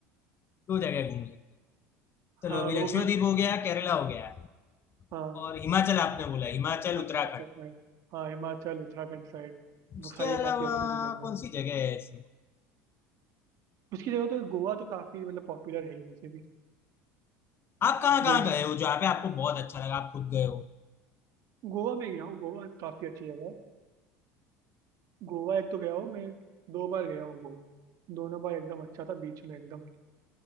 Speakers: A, on the left; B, on the right.
A: दो जगह घूम लेंगे चलो
B: हाँ
A: अभी
B: वो
A: लक्षद्वीप
B: भी है
A: हो गया केरला हो गया
B: हाँ
A: और हिमाचल आपने बोला हिमाचल
B: हाँ
A: उत्तराखंड
B: हिमाचल साइड हाँ हिमाचल उत्तराखंड साइड
A: उसके
B: वो सारी
A: अलावा
B: काफी अच्छी अच्छी जगह
A: कौन
B: है
A: सी जगह है ऐसी
B: उसकी जगह तो गोवा तो काफी मतलब पॉपुलर है ही वैसे भी
A: आप कहाँ
B: दे
A: कहाँ गए हो जहाँ पे आपको बहुत अच्छा लगा आप खुद गए हो
B: गोवा में गया हूँ गोवा काफी अच्छी जगह है गोवा एक तो गया हूँ मैं दो बार गया हूँ गोवा दोनों बार एकदम अच्छा था बीच में एकदम